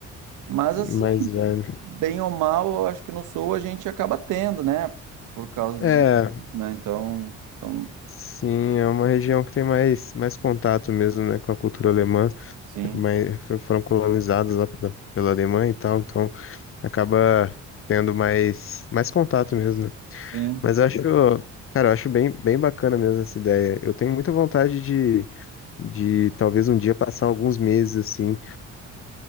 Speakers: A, on the right; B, on the left.
A: Mas
B: Mais
A: assim,
B: velho.
A: bem ou mal, eu acho que no Sul a gente acaba tendo, né? Por causa
B: É,
A: dos, impostos, né? Então, então,
B: sim, é uma região que tem mais, mais contato mesmo, né, com a cultura alemã,
A: sim,
B: mas foi- foram colonizados lá pela, pela Alemanha e tal, então acaba tendo mais, mais contato mesmo, né?
A: sim,
B: Mas eu acho, cara, eu acho bem, bem bacana mesmo essa ideia. Eu tenho muita vontade de, de talvez um dia passar alguns meses assim